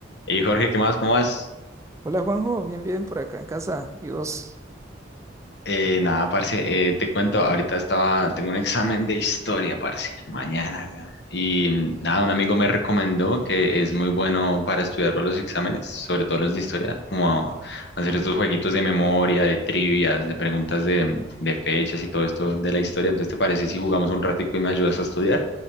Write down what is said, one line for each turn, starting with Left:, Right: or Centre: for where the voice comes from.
Left: Y Jorge, ¿qué más? ¿Cómo vas?
Right: Hola Juanjo, bien, bien, por acá en casa. ¿Y vos?
Left: Eh, nada, parce, eh, te cuento, ahorita estaba, tengo un examen de historia, parce, mañana, weón. Y mm, nada, un amigo me recomendó que es muy bueno para estudiar para los exámenes, sobre todo los de historia, como hacer estos jueguitos de memoria, de trivias, de preguntas de, de fechas y todo esto de la historia. Entonces, ¿te parece si jugamos un ratico y me ayudas a estudiar?